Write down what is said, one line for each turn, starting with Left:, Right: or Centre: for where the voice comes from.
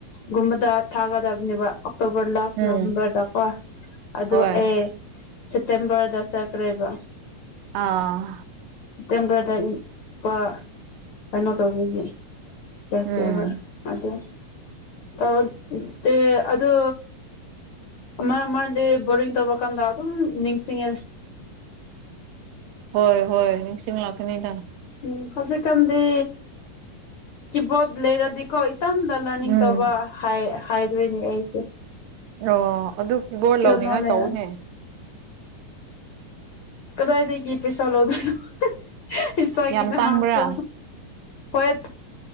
Left: ꯒꯨꯝꯕꯗ ꯊꯥꯒꯗꯕꯅꯦꯕ ꯑꯣꯛꯇꯣꯕꯔ ꯂꯥꯁ
Right: ꯎꯝ
Left: ꯅꯕꯦꯝꯕꯔꯗꯀꯣ ꯑꯗꯨꯣ
Right: ꯍꯣꯏ
Left: ꯑꯦ ꯁꯦꯞꯇꯦꯝꯕꯔꯗ ꯆꯈ꯭ꯔꯦꯕ
Right: ꯑꯥ
Left: ꯁꯦꯞꯇꯦꯝꯕꯔꯗ ꯂꯄꯥ ꯀꯩꯅꯣ ꯇꯧꯕꯖꯒꯤ
Right: ꯎꯝ
Left: ꯕ ꯑꯗꯨꯗꯦ ꯄꯇꯦ ꯑꯗꯨ ꯑꯃ ꯑꯃꯗꯤ ꯕꯣꯔꯤꯡ ꯇꯧꯕꯔꯀꯥꯟꯗ ꯑꯗꯨꯝ ꯅꯤꯡꯁꯤꯡꯉꯦ
Right: ꯍꯣꯏ ꯍꯣꯏ ꯅꯤꯡꯁꯤꯡ ꯂꯥꯛꯀꯅꯤꯗꯅ
Left: ꯎꯝ ꯍꯧꯖꯤꯛ ꯀꯥꯟꯗꯤ ꯀ ꯠ ꯂꯩꯦꯔꯥꯗꯤꯀ ꯈꯤꯇꯟꯗ ꯂꯔꯅꯤꯡ
Right: ꯎꯝ
Left: ꯇꯧꯕ ꯍꯥꯏꯗꯣꯏꯅꯦ ꯑꯩꯁꯦ
Right: ꯑꯣ ꯑꯗꯨ ꯀꯤꯕꯣꯔꯗ
Left: ꯄꯤꯌꯥꯅꯣ
Right: ꯂꯧꯅꯤꯡꯉꯥꯏ
Left: ꯂꯩꯔ
Right: ꯇꯧꯅꯦ
Left: ꯀꯗꯥꯏꯗꯒꯤ ꯄꯩꯁꯥ ꯂꯧꯗꯣꯏꯅꯣ ꯏꯁꯥꯒꯤꯗꯃꯛꯁꯨ
Right: ꯌꯥꯝ ꯇꯥꯡꯕ꯭ꯔꯥ
Left: ꯍꯣꯏ